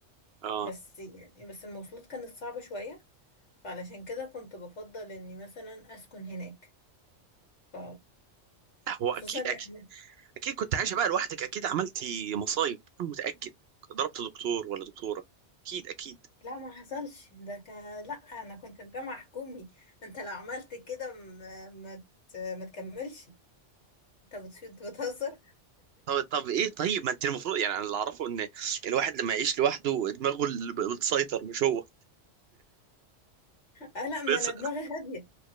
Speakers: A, on the right; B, on the left.
A: اه
B: بس يعني بس المواصلات كانت صعبة شوية فعلشان كده كنت بفضل إني مثلا أسكن هناك ف
A: هو اكيد
B: خصوصا لأن
A: اكيد اكيد كنت عايشه بقى لوحدك اكيد عملتي مصايب انا متاكد ضربت دكتور ولا دكتوره اكيد اكيد
B: لا ما حصلش ده كان لا انا كنت في جامعة حكومي انت لو عملت كده ما ما ت- ما تكملش انت بتش- بتهزر
A: طب طب ايه طيب ما انت المفروض يعني انا اللي اعرفه ان الواحد لما يعيش لوحده دماغه اللي بتسيطر مش هو
B: اه لا ما
A: بس
B: انا دماغي هادية